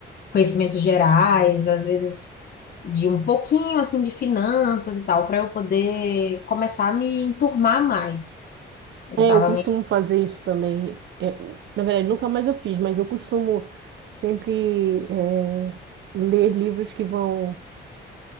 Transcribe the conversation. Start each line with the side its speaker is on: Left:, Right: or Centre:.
Left: conhecimentos gerais, às vezes de um pouquinho assim de finanças e tal, para eu poder começar a me enturmar mais. Eu
Right: É,
Left: tava
Right: eu costumo
Left: meio
Right: fazer isso também. É, na verdade, nunca mais eu fiz, mas eu costumo sempre é, ler livros que vão